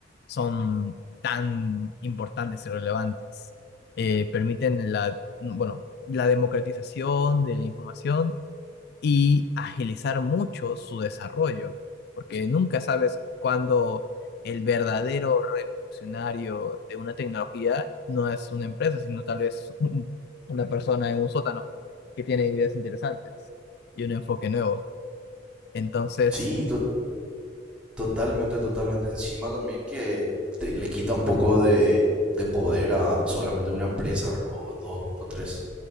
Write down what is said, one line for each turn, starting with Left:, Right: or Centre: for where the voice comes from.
Left: son tan importantes y relevantes. Eh, permiten la, bueno, la democratización de la información y agilizar mucho su desarrollo, porque nunca sabes cuándo el verdadero revolucionario de una tecnología no es una empresa, sino tal vez un- una persona en un sótano que tiene ideas interesantes y un enfoque nuevo. Entonces,
Centre: Sí, to- totalmente, totalmente. Encima también que te- le quita un poco de, de poder a solamente una empresa, ¿verdad? O dos o tres.